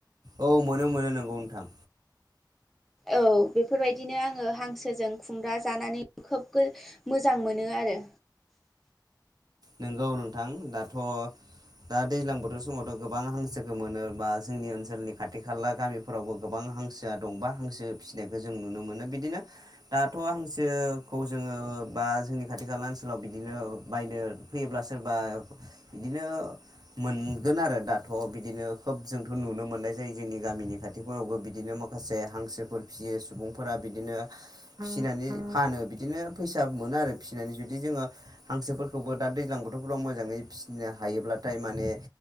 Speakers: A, on the right; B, in the centre.
A: औ मोनो मोनो नोंगौ नोंथां।
B: औ बेफोरबायदिनो आङो हांसोजों खुमब्रा जानानै खोब गो मोजां मोनो आरो।
A: नंगौ नोंथां दाथ'। दा दैज्लां बोथोर समावथ' गोबां हांसोखौ मोनो बा जोंनि ओनसोलनि खाथि खाला गामिफोरावबो गोबां। हांसोआ दं बा हांसो फिनायखौ जों नुनो मोनो बिदिनो दाथ' हांसोखौ जोङो ओ बा जोंनि खाथि खाला ओनसोलाव बिदिनो बायनो फैयोब्ला सोरबा बिदिनो मोनगोन आरो दाथ' बिदिनो खोब जोंथ' नुनो मोननाय जायो जोंनि गामिनि खाथिफोरावबो बिदिनो माखासे हांसोफोर फियो सुबुंफोरा बिदिनो फिनानै फानो। बिदिनो फैसा मोनो आरो फिनानै जुदि जोङो हांसोफोरखौबो दा दैज्लां बोथोरफ्राव मोजाङै फिनो हायोब्लाथाय माने